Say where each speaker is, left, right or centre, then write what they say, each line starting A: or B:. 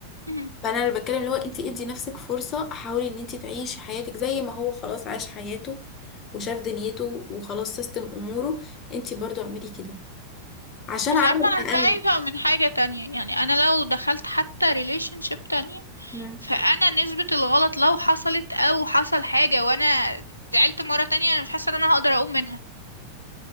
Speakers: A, on the left; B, on the left.
A: مهم.
B: فانا اللي بتكلم اللي هو انت ادي نفسك فرصه حاولي ان انت تعيشي حياتك زي ما هو خلاص عاش حياته وشاف دنيته وخلاص سيستم اموره انت برضو اعملي كده عشان
A: بس
B: عمل
A: عارفة انا
B: اقل
A: خايفة من حاجة تانية يعني انا لو دخلت حتى ريليشن شيب تانية
B: مم.
A: فانا نسبة الغلط لو حصلت او حصل حاجة وانا زعلت مرة تانية انا مش حاسة ان انا هقدر اقوم منها